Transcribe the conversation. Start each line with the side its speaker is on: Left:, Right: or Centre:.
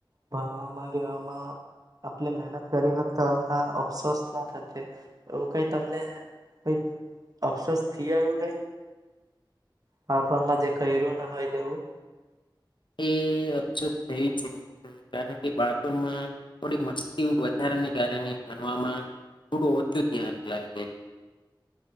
Right: ભણવામાં કે એવામાં... આપણે મહેનત કરી હોત તો હમણા અફસોસ ના થતે. એવું કંઈ તમને કંઈ અફસોસ થયો એવું કંઈ? બાળપણમાં જે કર્યું ના હોય તેવું..
Left: એ.. અફસોસ થાય છે કારણ કે બાળણમાં થોડી મસ્તી વધારાને કારણે ભણવામાં થોડું ઓછું ધ્યાન લાગે